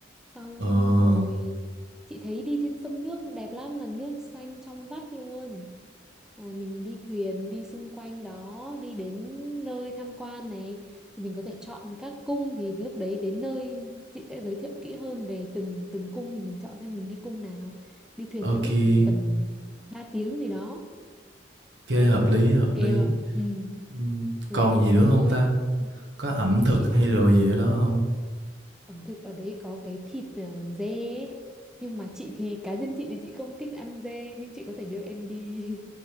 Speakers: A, in the centre; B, on the right.
A: xong
B: Ờ,
A: rồi chị thấy đi trên sông nước đẹp lắm mà nước xanh trong vắt luôn à, mình đi thuyền đi xung quanh đó đi đến nơi tham quan này thì mình có thể chọn các cung thì lúc đấy đến nơi chị sẽ giới thiệu kỹ hơn về từng từng cung thì mình chọn xem mình đi cung nào đi thuyền
B: ok
A: sẽ mất
B: kê,
A: khoảng tầm 3 tiếng gì đó
B: hợp lý, hợp
A: ok
B: lý.
A: không ừ
B: Ừm,
A: rồi
B: còn
A: về nghỉ
B: gì nữa
A: ngơi
B: không ta? Có ẩm
A: chị
B: thực
A: nghĩ là
B: hay đồ gì ở đó không
A: ẩm thực ở đấy có cái thịt ờ, dê ấy. nhưng mà chị thì cá nhân chị thì chị không thích ăn dê nhưng chị có thể đưa em đi